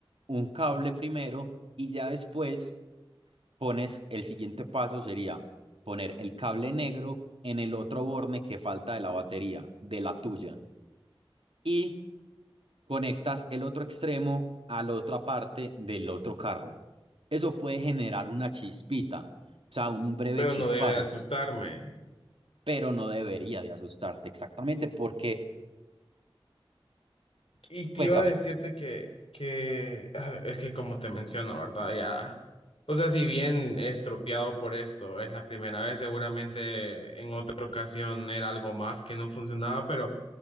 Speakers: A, on the right; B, on the left.
A: un cable primero y ya después pones, el siguiente paso sería poner el cable negro en el otro borne que falta de la batería, de la tuya, y conectas el otro extremo a la otra parte del otro carro. Eso puede generar una chispita, o sea, un breve
B: pero
A: chispazo,
B: no debe de asustarme.
A: pero no debería de asustarte exactamente porque
B: Y te
A: Cuéntame,
B: iba a decirte que, que ah, es que como te menciono, ¿verdad? Ya, o sea, si bien estropeado por esto, es la primera vez, seguramente en otra ocasión era algo más que no funcionaba, pero